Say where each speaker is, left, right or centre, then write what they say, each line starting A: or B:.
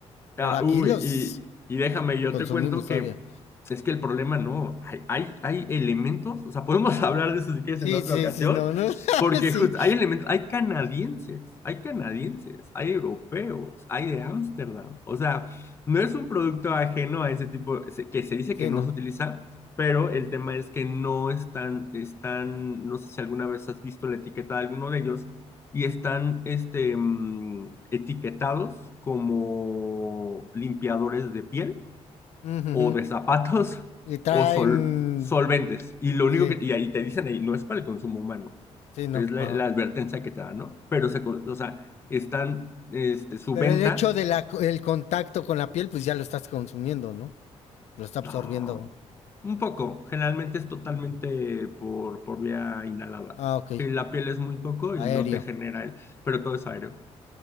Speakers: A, on the left (about 20°); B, on the left (about 75°).
A: Ah,
B: Pero aquí
A: uy,
B: los
A: y, y déjame, yo
B: consumimos
A: te cuento
B: todavía.
A: que es que el problema no, hay, hay, hay elementos, o sea, podemos <laughs> hablar de eso si quieres
B: Sí,
A: en otra
B: sí,
A: ocasión,
B: sí, no, no. <laughs>
A: porque
B: sí.
A: justo hay elementos, hay canadienses, hay canadienses,
B: Ujú.
A: hay europeos, hay de Ámsterdam, o sea, no es un producto ajeno a ese tipo, ese- que se dice
B: Sí,
A: que no
B: no.
A: se utiliza, pero el tema es que no están, están, no sé si alguna vez has visto la etiqueta de alguno de ellos y están este, mm, etiquetados como limpiadores de piel
B: Ujujú.
A: o de zapatos <laughs>
B: Y traen.
A: o sol- solventes. Y lo
B: Sí,
A: único que, y ahí te dicen ahí, no es para el consumo humano,
B: sí, no.
A: es la,
B: Ajá.
A: la advertencia que te dan, ¿no? Pero se, o sea, están, este, su
B: Pero
A: venta,
B: el hecho del el contacto con la piel, pues ya lo estás consumiendo, ¿no? Lo está absorbiendo.
A: no, un poco, generalmente es totalmente
B: Ujú.
A: por, por vía inhalada.
B: Ah, ok.
A: Y La piel es muy poco
B: Aéreo.
A: y no te genera el, pero todo es aéreo.